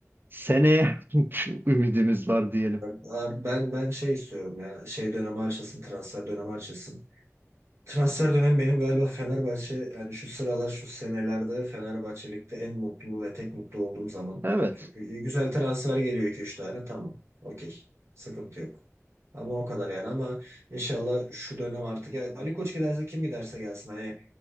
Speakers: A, on the right; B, on the right.
A: seneye <laughs> ümidimiz var diyelim.
B: Ya ben ben şey istiyorum ya. Şey dönemi açılsın, transfer dönemi açılsın. Transfer dönemi benim galiba Fenerbahçe yani şu sıralar şu senelerde Fenerbahçelik'te en mutlu ve tek mutlu olduğum zaman.
A: Evet.
B: Çünkü güzel transfer geliyor 2 üç tane tamam. Okey. Sıkıntı yok. Ama o kadar yani ama inşallah şu dönem artık yani Ali Koç giderse kim giderse gelsin. Hani